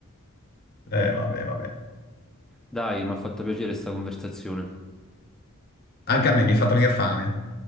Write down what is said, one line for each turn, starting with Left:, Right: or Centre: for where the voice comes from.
Left: Eh, vabbè, vabbè.
Centre: dai, mi ha fatto piacere sta conversazione.
Left: Anche a me mi è fatto venire fame.